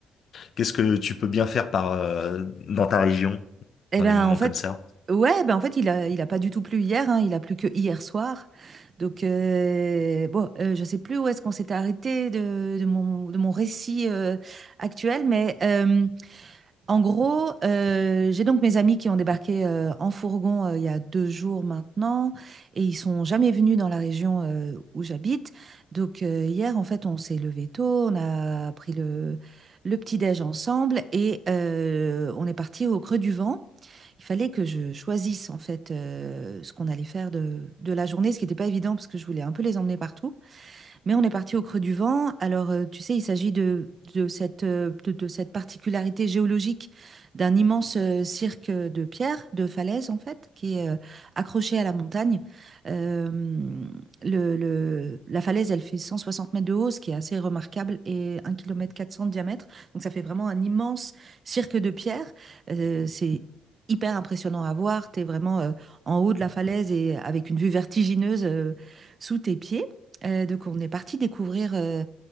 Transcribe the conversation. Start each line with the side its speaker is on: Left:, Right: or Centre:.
Left: qu'est-ce que tu peux bien faire par euh, dans ta région
Right: eh
Left: dans
Right: ben
Left: des moments
Right: en fait,
Left: comme ça?
Right: ouais, ben en fait, il a, il a pas du tout plu hier, hein, il a plu que hier soir. Donc euh, bon, euh, je sais plus où est-ce qu'on s'était arrêté de, de mon, de mon récit euh, actuel, mais euh, En gros, heu, j'ai donc mes amis qui ont débarqué, heu, en fourgon, heu, il y a 2 jours maintenant et ils sont jamais venus dans la région, heu, où j'habite. Donc, heu, hier, en fait, on s'est levé tôt, on a pris le le petit-déj ensemble et heu, on est parti au Creux du Vent. Il fallait que je choisisse, en fait, heu, ce qu'on allait faire de de la journée, ce qui n'était pas évident parce que je voulais un peu les emmener partout. Mais on est parti au creux du vent. Alors, euh, tu sais, il s'agit de, de cette, euh, de, de cette particularité géologique d'un immense euh, cirque de pierre, de falaise en fait, qui est euh, accroché à la montagne. Euh, le, le- la falaise, elle fait 160 mètres de haut, ce qui est assez remarquable, et 1,4 km de diamètre. Donc, ça fait vraiment un immense cirque de pierre. Euh, c'est hyper impressionnant à voir. Tu es vraiment euh, en haut de la falaise et avec une vue vertigineuse euh, sous tes pieds. Euh, donc on est parti découvrir euh,